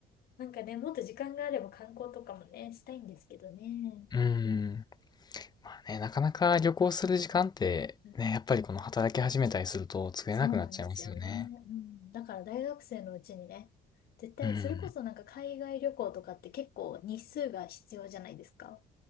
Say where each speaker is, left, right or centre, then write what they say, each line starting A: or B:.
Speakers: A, on the left (about 65°); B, on the left (about 25°).
A: なんかね、もっと時間があれば観光とかもね、したいんですけどね。
B: うん。まあね、なかなか旅行する時間って、
A: うん
B: ね、やっぱりこの働き始めたりすると作れなくなっちゃいますよね。
A: そうなんですよね。うん。だから大学生のうちにね、絶対、
B: うん。
A: それこそなんか海外旅行とかって結構日数が必要じゃないですか。